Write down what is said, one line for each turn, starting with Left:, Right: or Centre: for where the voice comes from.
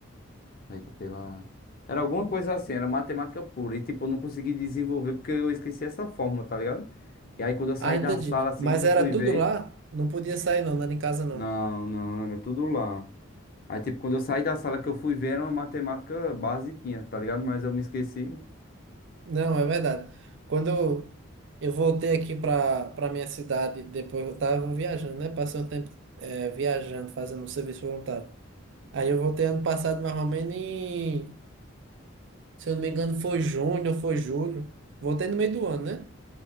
Left: Eita, pela. Era alguma coisa assim, era matemática pura. E tipo, eu não consegui desenvolver porque eu esqueci essa fórmula, tá ligado? E aí quando eu saí
Right: Ah, entendi.
Left: da sala assim
Right: Mas
Left: que eu
Right: era
Left: fui
Right: tudo
Left: ver.
Right: lá? Não podia sair, não, não era em casa, não.
Left: Não, não, era tudo lá. Aí tipo, quando eu saí da sala que eu fui ver, era uma matemática basiquinha, tá ligado? Mas eu me esqueci.
Right: Não, é verdade. Quando eu, eu voltei aqui para para minha cidade, depois eu estava viajando, né? Passei um tempo eh, viajando, fazendo um serviço voluntário. Aí eu voltei ano passado, mais ou menos em. se eu não me engano, foi junho ou foi julho. Voltei no meio do ano, né?